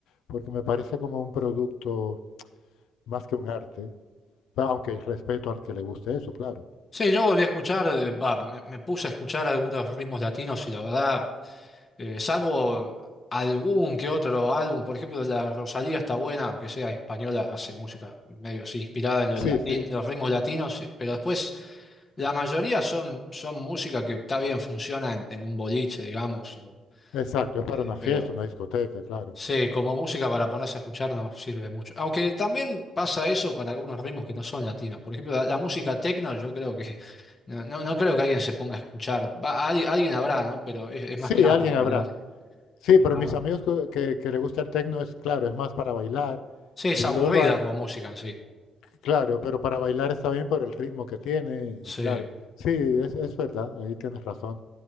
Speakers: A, on the left; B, on the left.
A: porque me parece como un producto más que un arte, pa- aunque respeto al que le guste eso, claro.
B: Sí, yo volví a escuchar, eh, va, me, me puse a escuchar algunos ritmos latinos y la verdad, eh, salvo algún que otro álbum, por ejemplo, la Rosalía está buena, aunque sea española, hace música medio así inspirada en los
A: Sí,
B: latin-
A: sí,
B: los ritmos latinos, pero después la mayoría son, son música que está bien, funciona en, en un boliche, digamos, o,
A: exacto, es para
B: eh,
A: una fiesta,
B: pero
A: una discoteca, claro.
B: Sí, como música para ponerse a escuchar no sirve mucho. Aunque también pasa eso con algunos ritmos que no son latinos. Por ejemplo, la, la música techno, yo creo que <laughs> no, no, no creo que alguien se ponga a escuchar. Va, al- alguien habrá, ¿no? Pero es, es
A: Sí,
B: más que nada
A: alguien
B: para bailar.
A: habrá. Sí,
B: No.
A: pero mis amigos que, que- que le gusta el techno es, claro, es más para bailar.
B: Sí, es
A: Y
B: aburrida
A: luego, ah,
B: como música en sí.
A: claro, pero para bailar está bien por el ritmo que tiene, y
B: Sí.
A: claro. Sí, es, es verdad, ahí tienes razón.